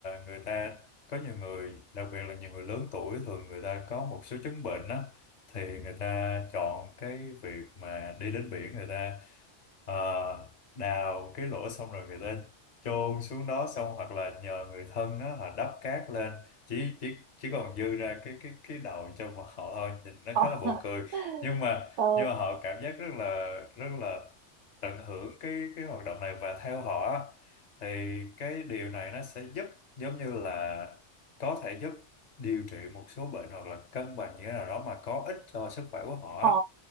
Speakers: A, on the left; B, on the right.
A: người ta có nhiều người đặc biệt là nhiều người lớn tuổi thường người ta có một số chứng bệnh á thì người ta chọn cái việc mà đi đến biển người ta à, đào cái lỗ xong rồi người ta chôn xuống đó xong hoặc là nhờ người thân đó họ đắp cát lên chỉ chỉ chỉ còn dư ra cái cái cái đầu cho mà họ thôi nhìn nó
B: ờ
A: khá
B: <laughs>
A: là buồn cười nhưng mà
B: ờ
A: nhưng mà họ cảm giác rất là rất là tận hưởng cái cái hoạt động này và theo họ á, thì cái điều này nó sẽ giúp giống như là có thể giúp điều trị một số bệnh hoặc là cân bằng như thế nào đó mà có ích cho sức khỏe của họ á.
B: ờ